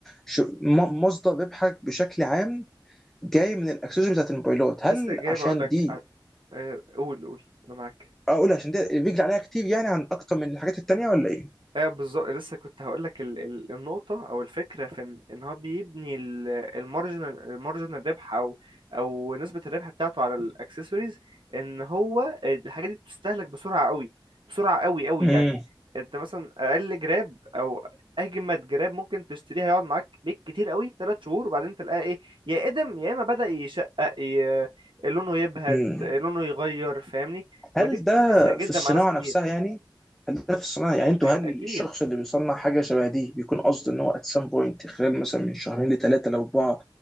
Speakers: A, in the centre; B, on the right.
A: ش- م- مصدر ربحك بشكل عام جاي من الاكسسوارز بتاعت الموبايلات
B: لسه
A: هل
B: جاي
A: عشان
B: بقول لك
A: دي
B: قول قول انا معاك
A: اقول عشان دي الرجل عليها كتير يعني عن اكتر من الحاجات التانيه ولا ايه؟
B: ايه بالظبط لسه كنت هقول لك ال... ال... النقطه او الفكره في ان, إن هو بيبني ال- المارجنال المارجنال ربح او او نسبه الربح بتاعته على الاكسسوارز ان هو الحاجه دي بتستهلك بسرعه قوي بسرعه قوي قوي
A: امم
B: يعني انت مثلا اقل جراب او اجمد جراب ممكن تشتريها يقعد معاك بيك كتير قوي ثلاث شهور وبعدين تلاقيها ايه يا ادم يا اما بدأ يشقق ي... لونه يبهت
A: امم
B: لونه يغير فاهمني ودي
A: هل ده
B: بتفرق جدا
A: في الصناعة
B: مع ناس كتير
A: نفسها يعني؟ هل ده في الصناعة يعني انتوا
B: أ-
A: هل
B: اكيد
A: الشخص اللي بيصنع حاجة شبه دي بيكون قصده ان هو at some point خلال مثلا من شهرين لثلاثة لأربعة